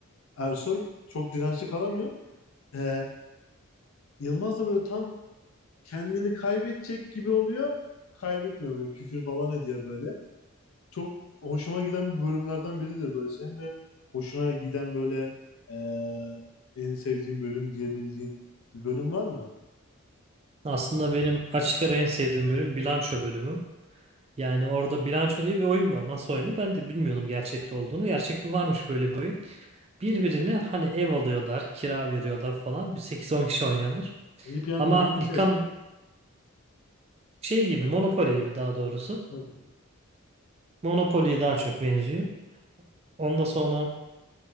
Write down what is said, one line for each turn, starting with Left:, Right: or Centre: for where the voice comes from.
Left: Ersoy çok dirençli kalamıyor. E, Yılmaz da böyle tam kendini kaybedecek gibi oluyor. Kaybetmiyor böyle küfür falan ediyor böyle. Çok hoşuma giden bir bölümlerden biridir böyle. Senin de hoşuna giden böyle e, en sevdiğin bölüm diyebildiğin bir bölüm var mı?
Right: Aslında benim açık ara en sevdiğim bölüm bilanço bölümü. Yani orada bilanço diye bir oyun var, masa oyunu. Ben de bilmiyordum gerçekte olduğunu. Gerçekte varmış böyle bir oyun. Birbirine hani ev alıyorlar, kira veriyorlar falan. Bir sekiz on kişi oynuyorlar.
Left: Milli Piyango
Right: Ama
Left: gibi bir
Right: İlkan
Left: şey.
Right: şey gibi, Monopoly gibi daha doğrusu.
Left: Hı.
Right: Monopoly'ye daha çok benziyor. Ondan sonra